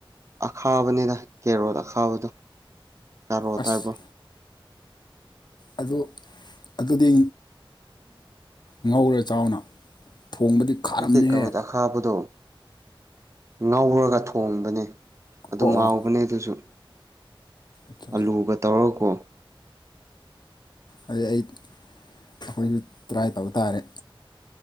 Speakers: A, on the right (about 35°); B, on the left (about 55°).
A: ꯑꯈꯥꯕꯅꯤꯅ ꯀꯦꯔꯣꯠ ꯑꯥ ꯊꯕꯗ ꯀꯔꯣ
B: ꯑꯁ
A: ꯊ ꯍꯥꯏꯕꯣ
B: ꯑꯗꯨ ꯑꯗꯨꯗꯤ ꯉꯧꯔꯦ ꯆꯥꯎꯅ ꯊꯣꯡꯕꯗꯤ ꯈꯥꯔꯝꯅꯤꯍꯦ
A: ꯅꯠꯇꯦ ꯀꯩꯅꯣꯗꯈꯥꯕꯗꯣ ꯉꯧꯔꯒ ꯊꯣꯡꯕꯅꯤ ꯑꯗꯨ
B: ꯑꯣ
A: ꯉꯥꯎꯕꯅꯦ
B: ꯑꯣ
A: ꯑꯗꯨꯁꯨ
B: ꯏꯁ
A: ꯑꯂꯨꯒ ꯇꯧꯔꯒꯀꯣ
B: ꯑꯗꯨꯗꯤ ꯑꯩ ꯑꯩꯈꯣꯏꯁꯨ ꯇ꯭ꯔꯥꯏ ꯇꯧꯕ ꯇꯥꯔꯦ